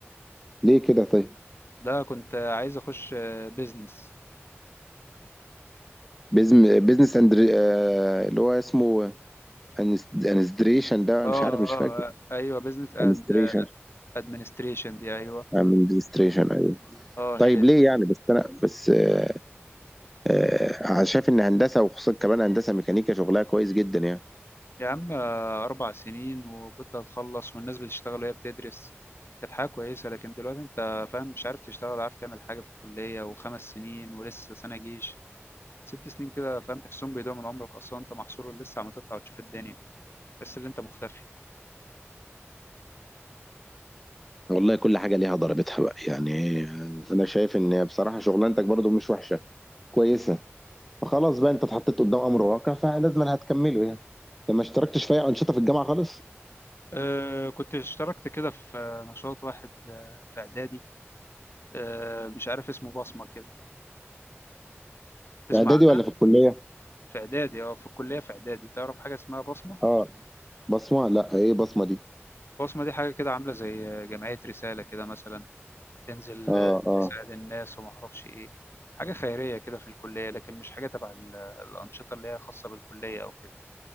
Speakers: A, in the centre; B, on the left.
A: ليه كده طيب
B: ده كنت عايز اخش بيزنس
A: بيزم... بيزنس اندر آه... اللي هو اسمه أنس- انستريشن ده
B: اه business. اه
A: مش عارف مش
B: آه،
A: فاكر
B: آه، ايوه بيزنس اند
A: انستريشن
B: ادمنستريشن دي ايوه
A: انستريشن ايوه
B: اه
A: طيب
B: هي
A: ليه يعني بس انا بس آه... آه... أنا شايف ان هندسه وخصوصا كمان هندسه ميكانيكا شغلها كويس جدا يعني
B: يا عم آه، أربع سنين وكنت هتخلص والناس بتشتغل وهي بتدرس كانت حاجة كويسة لكن دلوقتي أنت فاهم مش عارف تشتغل ولا عارف تعمل حاجة في الكلية وخمس سنين ولسه سنة جيش ست سنين كده فاهم تحسهم بيضيعوا من عمرك أصلا أنت محصور لسه عم تطلع وتشوف الدنيا بس اللي أنت مختفي
A: والله كل حاجه ليها ضربتها بقى يعني انا شايف ان بصراحه شغلانتك برضو مش وحشه كويسه فخلاص بقى انت اتحطيت قدام امر واقع فلازم انا هتكمله يعني انت ما اشتركتش في اي انشطه في الجامعه خالص
B: أه كنت اشتركت كده في آه، نشاط واحد آه، في إعدادي أه مش عارف اسمه بصمة كده تسمع
A: اعدادي ولا
B: عنه؟
A: في الكليه
B: في إعدادي أه في الكلية في إعدادي تعرف حاجة اسمها بصمة؟
A: اه بصمه لا ايه بصمه دي
B: بصمة دي حاجة كده عاملة زي آه، جمعية رسالة كده مثلا تنزل
A: اه
B: آه،
A: اه
B: تساعد الناس وما اعرفش ايه حاجة خيرية كده في الكلية لكن مش حاجة تبع ال- الأنشطة اللي هي خاصة بالكلية أو كده